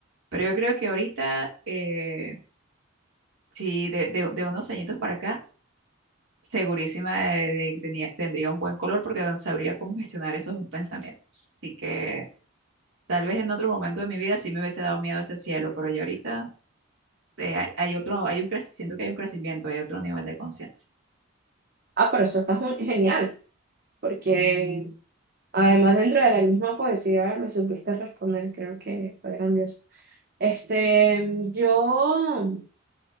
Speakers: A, on the right; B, on the right.
A: Pero yo creo que ahorita, eh, sí, de, de- de unos añitos para acá, segurísima de, de que tenía- tendría un buen color porque no sabría cómo gestionar esos pensamientos. Así que tal vez en otro momento de mi vida sí me hubiese dado miedo ese cielo, pero ya ahorita eh, hay hay otro, hay un crecimiento, siento que hay un crecimiento, hay otro nivel de conciencia.
B: Ah, pero eso está gen- genial, porque Además, dentro de la misma poesía me supiste responder, creo que fue grandioso. Este, yo,